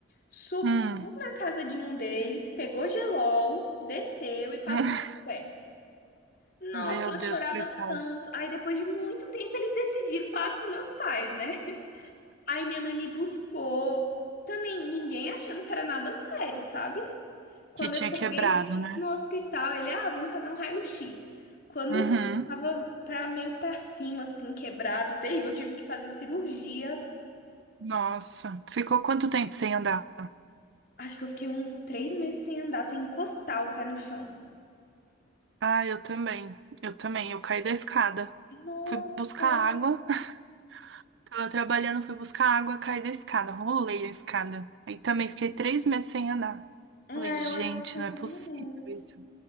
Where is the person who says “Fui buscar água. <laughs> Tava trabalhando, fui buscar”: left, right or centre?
Right